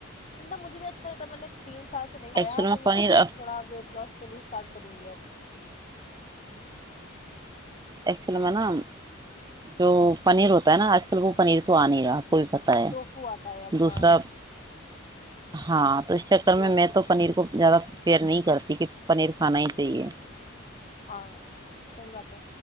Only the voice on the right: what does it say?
ایکچوئل
پنیر
ایکچول میں نا جو پنیر ہوتا ہے نا آج کل وہ پنیر تو آ نہیں رہاتا کوئی پتا ہے
دوسرا
ہاں تو اس چکر
میں میں تو
پنیر
کو زیادہفیئر نہیں کرتا ٹھیک پنیر کھانا ہی چاہیے